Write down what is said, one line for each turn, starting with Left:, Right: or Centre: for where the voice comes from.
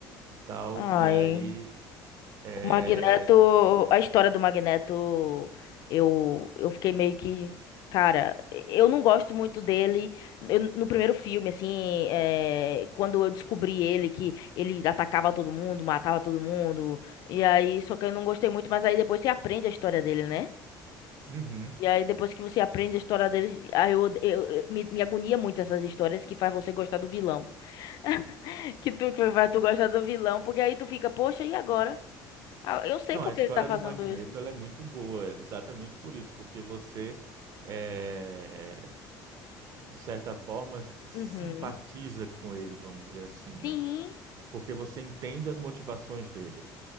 Right: e tal.
Left: ai,
Right: E aí é...
Left: o Magneto,
Right: de-
Left: a história do Magneto, eu, eu fiquei meio que, cara, eu não gosto muito dele. Eu- no primeiro filme, assim, é, quando eu descobri ele, que ele atacava todo mundo, matava todo mundo, e aí, só que eu não gostei muito, mas aí depois você aprende a história dele, né?
Right: Uhum.
Left: E aí, depois que você aprende a história dele, aí eu, eu- eu- me, me agonia muito essas histórias que faz você gostar do vilão. <laughs> Que tu, que faz tu gostar do vilão, porque aí tu fica, poxa, e agora? Ah, Eu sei
Right: Não,
Left: por
Right: a história
Left: que ele tá fazendo
Right: do Magneto
Left: isso.
Right: ela é muito boa, é exatamente por isso, porque você é, de certa forma s- simpatiza
Left: Uhum.
Right: com ele, vamos dizer assim,
Left: Sim,
Right: né? Porque você entende as motivações dele.